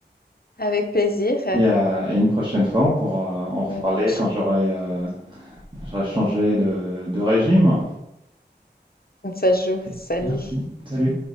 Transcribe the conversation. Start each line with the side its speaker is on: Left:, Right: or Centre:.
Left: Avec plaisir. À
Right: Et, euh, et une prochaine fois, on pourra en reparler
Left: Une prochaine.
Right: quand j'aurai euh, j'aurai changé de, de régime.
Left: Ça se joue.
Right: Ok,
Left: Salut.
Right: Merci. Salut.